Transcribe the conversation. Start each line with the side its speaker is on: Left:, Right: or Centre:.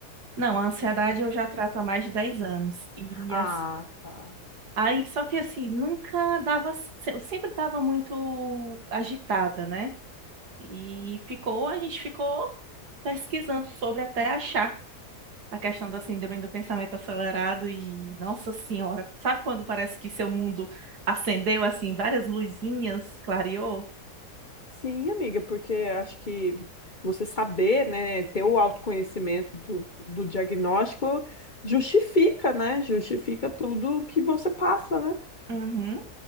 Right: Não, a ansiedade eu já trato há mais de 10 anos. E
Left: Ah,
Right: as-
Left: tá.
Right: aí, só que assim, nunca dava, se- eu sempre estava muito agitada, né? E ficou, a gente ficou pesquisando sobre até achar a questão da síndrome do pensamento acelerado e, nossa senhora, sabe quando parece que seu mundo acendeu assim várias luzinhas, clareou?
Left: Sim, amiga, porque acho que você saber, né, ter o autoconhecimento do, do diagnóstico justifica, né? Justifica tudo que você passa, né?
Right: Uhum,